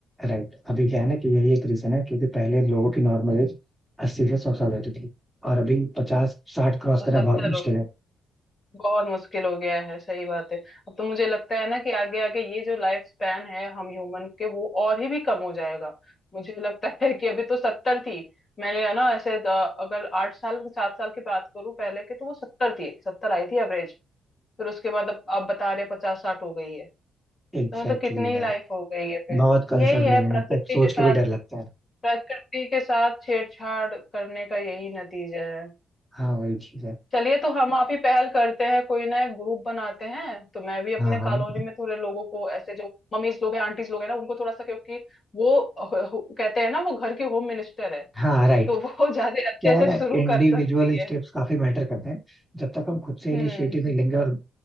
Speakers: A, in the centre; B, on the left.
A: राइट अभी क्या है ना कि यही एक रीजन है क्योंकि पहले लोगों की नॉर्मल एज अस्सी से सौ साल होती थी और अभी पचास साठ क्रॉस
B: अब तो
A: करना
B: सत्तर
A: बहुत मुश्किल है
B: बहुत मुश्किल हो गया है सही बात है अब तो मुझे लगता है ना कि आगे आगे ये जो लाइफ स्पैन है हम ह्यूमन के वो और ही भी कम हो जाएगा मुझे लगता है कि अभी तो सत्तर थी मैंने है ना ऐसे अ, अगर आठ साल सात साल की बात करूं पहले के तो वो सत्तर थी सत्तर आई थी एवरेज फिर उसके बाद अब आप बता रहे पचास साठ हो गई है तो
A: एग्जैक्टली
B: मतलब कितनी
A: exactly,
B: ही
A: यार
B: लाइफ हो गई है फिर
A: बहुत कंसर्निंग
B: यही है
A: है
B: प्रकृति
A: इनफैक्ट सोच
B: के साथ
A: के भी डर लगता है
B: प्रकृति के साथ छेड़छाड़ करने का यही नतीजा है
A: हाँ वही चीज है
B: चलिए तो हम आप ही पहल करते हैं कोई ना ग्रुप बनाते हैं तो मैं भी अपने
A: हाँ हाँ
B: कॉलोनी में थोड़े लोगों को ऐसे जो मम्मीज लोग हैं आंटीज लोग हैं ना उनको थोड़ा सा क्योंकि वो ह- ह- कहते हैं ना वो घर की होम मिनिस्टर है
A: हाँ राइट
B: तो वो <laughs> ज्यादा अच्छे
A: क्या है
B: से
A: ना
B: शुरू
A: इंडिविजुअल
B: कर सकती
A: स्टेप्स
B: है
A: काफी मैटर करते हैं जब तक हम खुद से
B: हम्म
A: इनिशिएटिव नहीं लेंगे और